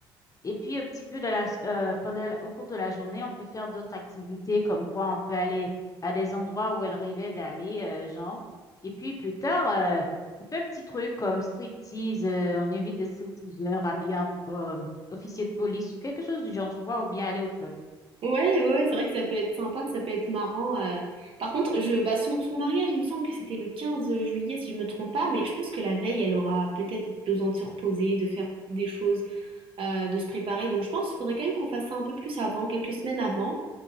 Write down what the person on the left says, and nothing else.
Et puis, un petit peu de la, euh, pendant, au cours de la journée, on peut faire d'autres activités, comme quoi on peut aller à des endroits où elle rêvait d'aller, euh, genre. Et puis, plus tard, euh, on fait un petit truc comme striptease. euh, on invite des stripteaseurs à bien, euh, officier de police ou quelque chose du genre, tu vois, ou bien aller au club.